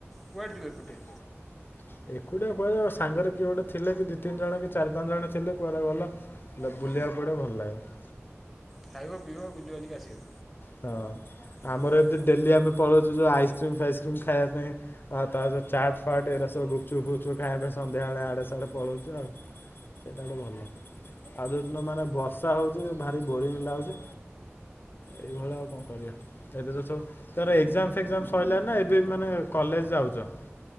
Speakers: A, in the centre; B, on the left (about 50°).
A: କୁଆଡ଼େ ଯିବୁ ଏକୁଟିଆ।
B: <inaudible> ଏକୁଟିଆ କୁଆଜିବ ସାଙ୍ଗରେ କିଏ ଗୋଟେ ଥିଲେ କି ଦି ତିନି ଜଣ କି ଚାରି ପାଞ୍ଚ ଜଣ ଥିଲେ କୁଆଡେ ଗଲ।
A: ହୁଁ
B: ବୁଲିବାକୁ ପଡ଼ିବ ଭଲ ଲାଗିବ।
A: ଖାଇବ ପିଇବ ବୁଲି ବାଲିକି ଆସିବ।
B: ହଁ ଆମର
A: ଏକୁଟିଆ
B: ଏମିତି
A: କ'ଣ
B: ଡେଲି ଆମେ ପଳଉଛୁ। ଯୋଉ ଆଇସ୍କ୍ରିମ୍ ଫାଇସ୍କ୍ରିମ୍ ଖାଇବା ପାଇଁ। ଆଉ ତା ସହ ଚାଟ୍ ଫାଟ୍ ଏରା ସବୁ ଗୁପଚୁପ୍ ଫୁପଚୁପ୍ ଖାଇବା ପାଇଁ ସନ୍ଧ୍ୟା ବେଳେ ଆଡେ ସାଡେ ପଳଉଛୁ ଆଉ। ସେଇଟା ଗୋଟେ ଭଲ। ଆଉ ଯୋଉ ଦିନ ମାନେ ବର୍ଷା ହଉଛି ଭାରି ବୋରିଙ୍ଗ ଲାଗୁଛି। ଏଇଭଳି ଆଉ କଣ କରିବା। ଏବେ ତ ସବୁ ତମର ଏକ୍ଜାମ ଫେକ୍ଜାମ ସରିଲାଣି ନା ଏବେ ମାନେ କଲେଜ ଯାଉଛ।